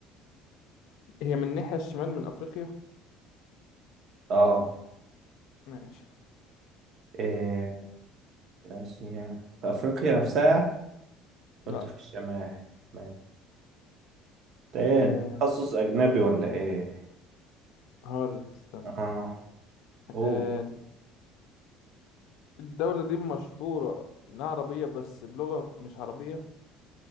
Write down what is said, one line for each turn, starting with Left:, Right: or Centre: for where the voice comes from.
Left: هي من الناحية الشمال من افريقيا
Right: اه
Left: ماشي
Right: إيه، آسيا في أفريقيا نفسها قلت
Left: لا
Right: في الشمال ماشي ده إيه
Left: أه
Right: أنت تخصص أجنبي ولا إيه؟
Left: هقول لك استنى
Right: آه أوه
Left: أه الدولة دي مشهورة انها عربية بس بلغة مش عربية